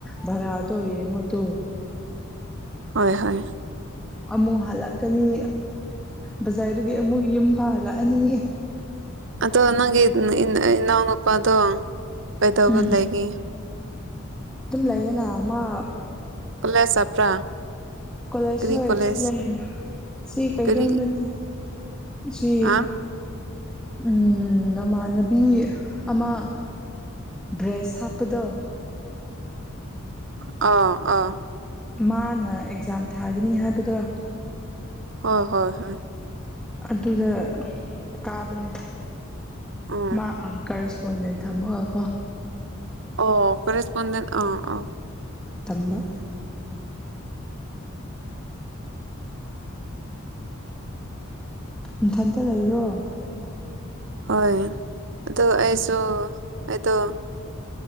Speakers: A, in the centre; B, on the right.
A: ꯚꯔꯥꯗꯣ ꯌꯦꯡꯉꯣ ꯇꯨ
B: ꯍꯣꯏ ꯍꯣꯏ
A: ꯑꯃꯨꯛ ꯍꯜꯂꯛꯀꯅꯤ ꯕꯖꯥꯔꯗꯒꯤ ꯑꯃꯨꯛ ꯌꯨꯝ ꯐ ꯍꯜꯂꯛꯑꯅꯤ
B: ꯑꯗꯣ ꯅꯪꯒꯤ ꯏꯅꯥꯎꯅꯨꯄꯥꯗꯣ ꯀꯩꯗꯧꯕ
A: ꯎꯝ
B: ꯂꯩꯒꯦ
A: ꯑꯗꯨꯝ ꯂꯩꯌꯦꯅ ꯃꯥ
B: ꯀꯣꯂꯦꯖ ꯆꯠꯄ꯭ꯔꯥ
A: ꯀꯣꯂꯦꯖ
B: ꯀꯔꯤ
A: ꯍꯣꯏ
B: ꯀꯣꯂꯦꯖ
A: ꯆꯠꯂꯦ ꯁꯤ ꯀꯩꯗꯧꯗꯣꯅꯦ
B: ꯀꯔꯤ
A: ꯁꯤ
B: ꯑ
A: ꯎꯝ ꯅꯃꯥꯟꯅꯕꯤ ꯑꯃ ꯕ꯭ꯔꯦꯁ ꯍꯥꯞꯄꯗꯣ
B: ꯑ ꯑ
A: ꯃꯥꯅ ꯑꯦꯛꯖꯥꯝ ꯊꯥꯒꯅꯤ ꯍꯥꯏꯕꯗꯣ
B: ꯍꯣꯏ ꯍꯣꯏ ꯍꯣꯏ
A: ꯑꯗꯨꯗ ꯀꯥꯕꯅꯦ
B: ꯎꯝ
A: ꯃꯥ ꯀꯔ ꯐꯣꯟꯖꯦꯟ ꯊꯝꯃꯒ ꯀꯣ
B: ꯑꯣ ꯀꫪꯦꯁꯄꯣꯟꯗꯦꯟ ꯑꯥ ꯑ
A: ꯊꯝꯕ ꯅꯊꯟꯇ ꯂꯩꯔꯤꯔꯣ
B: ꯍꯣꯏ ꯑꯗꯣ ꯑꯩꯁꯨ ꯑꯩꯗꯣ